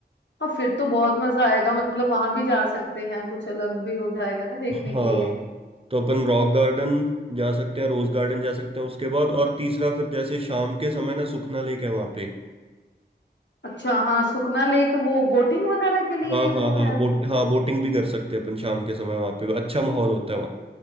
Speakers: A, on the left (about 90°); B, on the right (about 30°).
A: हाँ फिर तो बहुत मजा आएगा मतलब वहां भी जा सकते हैं कुछ अलग भी हो जाएगा ना देखने
B: हाँ
A: के लिए
B: तो अपन रॉक गार्डन जा सकते हैं रोज गार्डन जा सकते हैं उसके बाद और तीसरा फिर जैसे शाम के समय ना सुखना लेक है वहाँ पे
A: अच्छा हाँ सुखना लेक वो बोटिंग वगैरह के लिए
B: हाँ
A: जो
B: हाँ हाँ
A: है
B: बोट
A: फेमस
B: हाँ बोटिंग भी कर सकते हैं अपन शाम के समय वहाँ पे अच्छा माहौल होता है